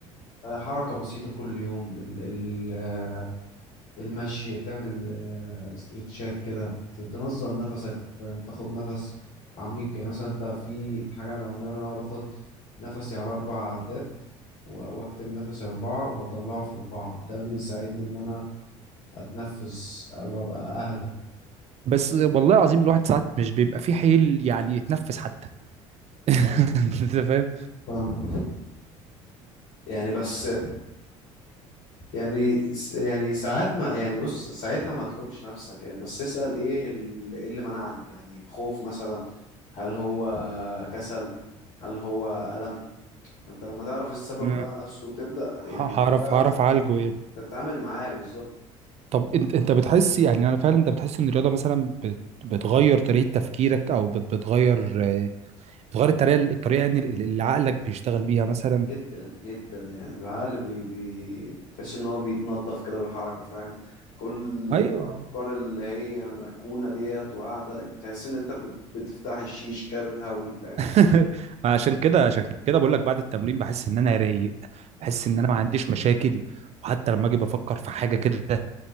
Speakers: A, on the left; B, on the right.
A: آه، حركة بسيطة كل يوم ال ال آه، المشي تعمل آه، استرتشات كده ت- تنظم نفسك فاهم تاخد نفس عميق يعني مثلا انت في حاجة انا بعملها اللي هو باخد نفسي على اربع عدات و- واكتم نفسي اربعة واطلعه في اربعة ده بيساعدني ان انا اتنفس آه، وابقى اهدى
B: بس والله العظيم الواحد ساعات مش بيبقى فيه حيل يعني يتنفس حتى <laughs>
A: مم.
B: انت فاهم
A: فاهمك يعني بس يعني يعني ساعات ما يعني بص ساعتها ما تلومش نفسك يعني بس اسأل ايه ال- إيه اللي منعني يعني خوف مثلا هل هو كسل هل هو ألم ما انت لما تعرف السبب
B: <clears throat>
A: بقى نفسه تبدأ
B: ه-
A: يعني
B: هعرف
A: انت تعرف
B: هعرف
A: تت-
B: اعالجه يعني
A: تتعامل معاه بالظبط
B: طب انت انت بتحس يعني انا فعلا انت بتحس ان الرياضه مثلا بت- بتغير طريقه تفكيرك او بت- بتغير آه، بتغير الطريقه الطريقه يعني اللي اللي عقلك بيشتغل بيها مثلا
A: جدا جدا يعني العقل بي بي تحس ان هو بيتنضف كده بالحركة فاهم كل
B: ايوه
A: الافكار اللي هي مركونة ديت وقاعدة تحس ان انت بت- بتفتحي الشيش كده بتهوي فاهم
B: <laughs> عشان كده عشان كده بقول لك بعد التمرين بحس ان انا رايق بحس ان انا ما عنديش مشاكل وحتى لما اجي بفكر في حاجه كده